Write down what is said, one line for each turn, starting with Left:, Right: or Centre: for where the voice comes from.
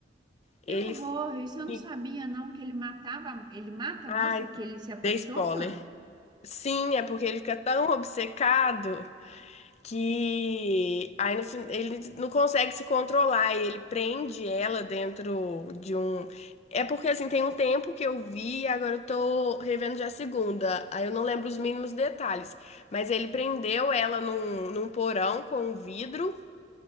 Left: Ele
Right: Que horror! Isso
Left: fica.
Right: eu não sabia, não, que ele matava, ele mata
Left: Ai,
Right: a moça que ele se apaixona?
Left: dei spoiler. Sim, é porque ele fica tão obcecado que aí no, fin- ele não consegue se controlar e ele prende ela dentro de um. É porque assim, tem um tempo que eu vi, e agora eu tô revendo já a segunda. Aí eu não lembro os mínimos detalhes. Mas ele prendeu ela num, num porão com um vidro.